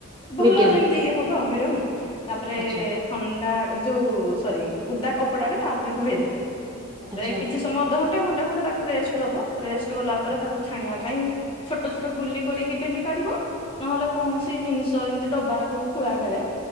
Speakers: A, on the right; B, on the left.
A: ମିଡିୟମ
B: ଭଲ ଯେମିତି ଇଏ ହବ ଆଉ ମିଡିୟମ୍। ତାପରେ
A: ଆଚ୍ଛା
B: ଥଣ୍ଡା ଯୋଉ ସରି ଉଦା କପଡାଟେ ତାଉପରେ ଘୋଡେଇ ଦେବେ। ତାପରେ
A: ଆଚ୍ଛା
B: କିଛି ସମୟ ଅଧଘଣ୍ଟେ ଘଣ୍ଟେ ଖଣ୍ଡ ତାକୁ ରେଷ୍ଟ ଦବ। ରେଷ୍ଟ ଗଲା ପରେ ତାକୁ ଛାଣିଆ ପାଇଁ। ଛୋଟ ଛୋଟ ଗୁଲି କରିକି ବେଲି ପାରିବ। ନହେଲେ କୌଣସି ଜିନିଷ ଯେମିତି ଡବାର କୋଉ ଖୁଳା ଟାରେ